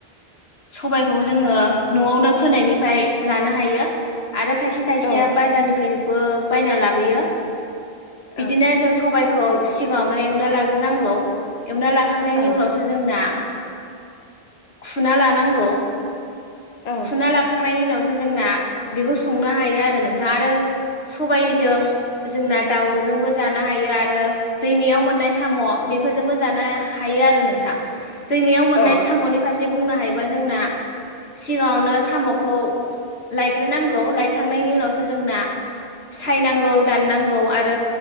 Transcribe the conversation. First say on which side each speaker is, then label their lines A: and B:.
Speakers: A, on the left; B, on the left.
A: सबायखौ जोङो न'आवनो फोनायनिफ्राय लानो हायो। आरो खायसे खायसेया
B: औ
A: बाजारनिफ्रायनोबो बायना लाबोयो। बिदिनो
B: औ
A: जों सबाय खौ सिगाङावनो एवना लाग्रोनांगौ। एवना लाखांनायनि
B: औ
A: उनावसो जोंना खुना लानांगौ
B: औ
A: खुना लाखांनायनि उनाव जोंना बेखौ संनो हायो आरो नोंथा आरो सबायजों जोंना दाउजोंबो जानो हायो आरो दैमायाव मोननाय साम' बेफोरजोंबो जानो हायो आरो नोंथां। दैमायाव मोननाय
B: औ
A: साम'नि फार से बुंनो हायोबा जोंना सिगाङावनो साम'खौ लायग्रोनांगौ लायखांनायनि उनावसो जोंना सायनांगौ दाननांगौ आरो